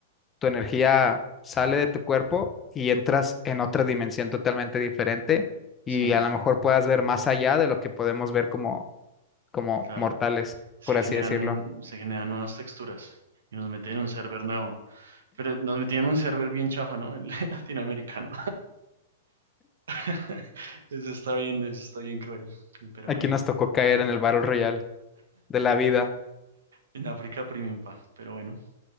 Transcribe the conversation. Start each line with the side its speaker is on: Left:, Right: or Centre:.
Left: tu energía sale de tu cuerpo y entras en otra dimensión totalmente diferente y
Right: Sí,
Left: a lo mejor puedas ver más allá de lo que podemos ver como, como
Right: claro.
Left: mortales,
Right: Se
Left: por
Right: generan,
Left: así decirlo.
Right: se generan nuevas texturas y nos meten en un server nuevo. Pero nos metían en un server bien chafa, ¿no? El <laughs> latinoamericano. <laughs> Eso está bien, eso está bien cruel. Pero
Left: Aquí
Right: bueno,
Left: nos tocó caer en el Battle Royale de la vida,
Right: en África premium, pa. Pero bueno,